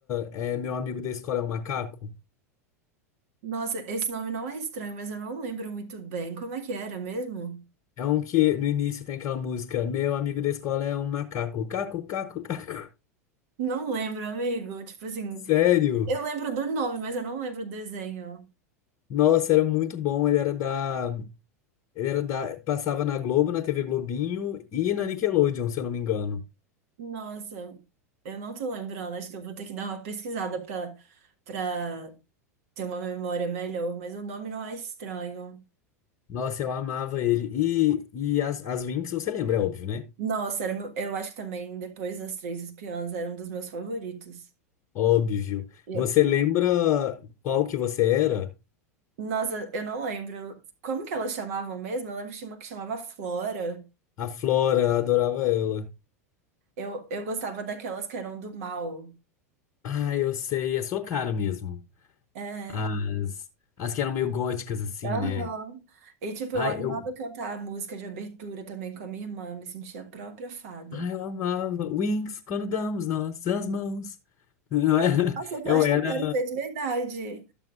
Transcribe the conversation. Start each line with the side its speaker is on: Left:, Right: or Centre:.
Left: é, Meu Amigo da Escola é um Macaco?
Right: Nossa, esse nome não é estranho, mas eu não lembro muito bem. Como é que era mesmo?
Left: É um que no início tem aquela música Meu amigo da escola é um macaco. Caco, caco, <laughs> caco.
Right: Não lembro, amigo. Tipo assim,
Left: Sério?
Right: eu lembro do nome, mas eu não lembro o desenho.
Left: Nossa, era muito bom. Ele era da. Ele era da. Passava na Globo, na TV Globinho e na Nickelodeon, se eu não me engano.
Right: Nossa, eu não tô lembrando. Acho que eu vou ter que dar uma pesquisada pra, pra Tem uma memória melhor, mas o nome não é estranho.
Left: Nossa, eu amava ele. E, e as, as Winx, você lembra, é óbvio, né?
Right: Nossa, era meu- eu acho que também depois das Três Espiãs era um dos meus favoritos.
Left: Óbvio.
Right: E
Left: Você
Right: eu-
Left: lembra qual que você era?
Right: nossa, eu não lembro como que elas chamavam mesmo. Eu lembro que tinha uma que chamava Flora.
Left: A Flora adorava ela.
Right: Eu, eu gostava daquelas que eram do mal.
Left: Ah, eu sei, é sua cara mesmo.
Right: É.
Left: As, as que eram meio góticas, assim,
Right: Aham.
Left: né?
Right: E tipo,
Left: Ai,
Right: eu amava
Left: eu,
Right: cantar a música de abertura também com a minha irmã. Me sentia a própria fada.
Left: ai, eu amava. Wings, quando damos nossas mãos. Não era- <laughs>
Right: Nossa, eu
Left: Eu
Right: acho
Left: era.
Right: que eu quero ver de verdade.